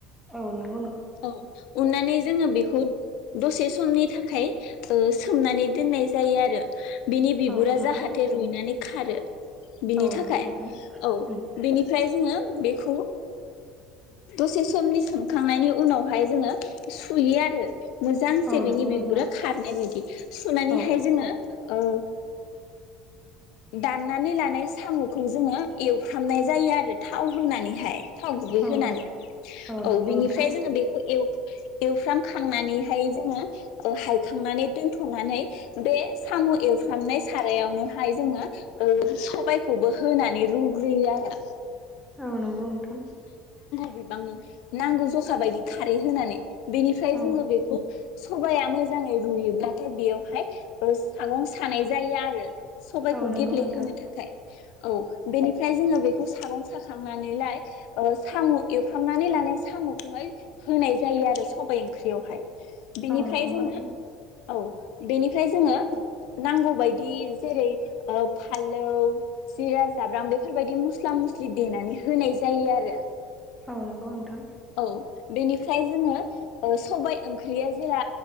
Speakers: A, in the centre; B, on the left (about 70°).
A: औ नों
B: औ उननानै जोङो बेखौ दसे समनि थाखाय ओम सोमनानै दोननाय जायो आरो बिनि बिगुरा
A: औ नंगौ
B: जाहाथे रुइनानै खारो बिनि
A: औ नंगौ
B: थाखाय
A: नोंथां
B: औ
A: उम
B: बिनिफ्राय जोङो बेखौ दसे समनि सोमखांनायनि उनावहाय जोङो सुयो आरो मोजांसे
A: औ
B: बेनि
A: नंगौ
B: बिगुरा
A: नोंथां
B: खारनाय बायदि सुनानैहाय
A: औ
B: जोङो औ दाननानै लानाय साम'खौ जोङो एवफ्रामनाय जायो आरो थाव होनानैहाय थाव गुबै
A: औ
B: होनानै
A: नंगौ
B: औ
A: नंगौ
B: बेनि
A: नोंथां
B: फ्राय जों बेखौ एवफ्रामखांनानैहाय जोङो ओ हायखांनानै दोनथ'नानै बे साम' एवफ्रामनाय सारायावनोहाय जोङो ओ सबायखौबो होनानै रुग्रोयो आरो
A: औ नंगौ नोंथां।
B: बिबांनि नांगौ जखानि जखा बायदि खारै होनानै बेनिफ्राय
A: औ
B: जोङो बेखौ सबाया मोजाङै रुयोब्लाथाय बेयावहाय ओ सागं सानाय जायो आरो सबायखौ
A: औ नंगौ
B: गेब्लेहोनो
A: नोंथां
B: थाखाय औ बेनिफ्राय जोङो बे सागं साखांनानैहाय सामु एवफ्रामनानै लानाय साम' खौहाय होनाय जायो आरो सबाइ ओंख्रियावहाय। बेनिफ्राय
A: औ नंगौ
B: जोङो
A: नोंथां
B: औ बेनिफ्राय जोङो नांगौ बायदि जेरै फानलौ जिरा जाब्रां बेफोरबायदि मस्ला मस्लि देनानै होनाय जायो आरो
A: औ नंगौ नोंथां।
B: औ बेनिफ्राय जोङो ओ सबाय ओ ओंख्रिया जेला